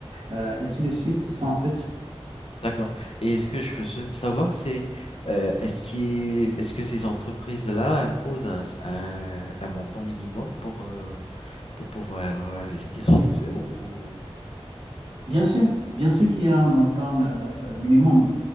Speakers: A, on the right; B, on the left.
A: Euh, ainsi de suite, c'est ça en fait.
B: D'accord. Et ce que je souhaite savoir, c'est euh, est-ce qu'il- est-ce que ces entreprises-là imposent un, s- un- un montant minimum pour, euh, pour pouvoir investir chez eux ou...
A: Bien sûr, bien sûr qu'il y a un montant euh, euh, minimum.